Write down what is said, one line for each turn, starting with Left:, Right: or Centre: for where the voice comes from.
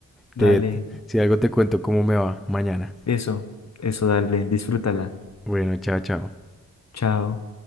Left: Dale,
Centre: Te, te- si algo te cuento cómo me va mañana.
Left: eso, eso, dale, disfrútala.
Centre: Bueno, chao, chao.
Left: Chao.